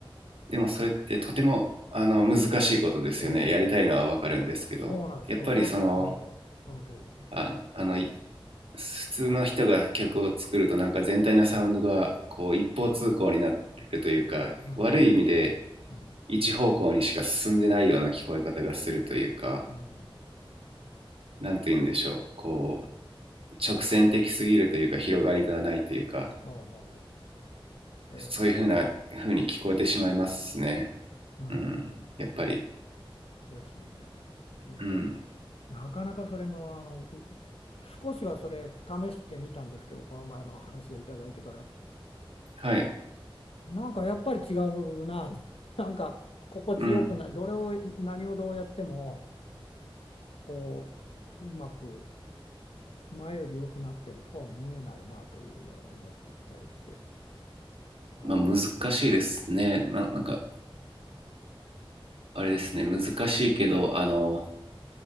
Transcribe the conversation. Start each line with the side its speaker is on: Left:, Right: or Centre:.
Right: でもそれってとてもあの難しいことですよねやりたいのはわかるんですけどやっぱりその
Left: ええそうなんですよ。そう、ええ、その通りで。
Right: ああのい普通の人が曲を作るとなんか全体のサウンドがこう一方通行になるというか悪い意味で
Left: うん、うん、
Right: 一方向にしか進んでないような聞こえ方がするというか
Left: うん。
Right: なんて言うんでしょうこう直線的すぎるというか広がりがないというか
Left: ああ、ええ、
Right: そういうふうな風に聞こえてしまいますね
Left: うん、
Right: うんやっぱり
Left: ですね。いうか、
Right: うん
Left: なかなかそれも、あの、うう少しはそれ試してみたんですけど、この前の話をいただいてから、
Right: はい
Left: なんかやっぱり違うな、<laughs> なんか心地よくない、
Right: うん
Left: どれを、何をどうやっても、こう、うまく前より良くなってるとは思えないなというのを思ってたりして、はい。
Right: まあ難しいですね、まあ、
Left: うん
Right: なんかあれですね難しいけどあの
Left: わかりました。